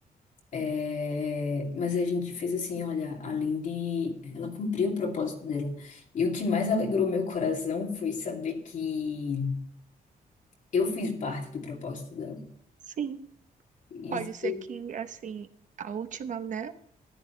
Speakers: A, on the left (about 50°); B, on the right (about 50°).
A: É, Mas a gente fez assim, olha, a Lindy, ela cumpriu o propósito dela. E o que mais alegrou meu coração foi saber que eu fiz parte do propósito dela.
B: sim.
A: Isso.
B: Pode ser que, assim, a última, né?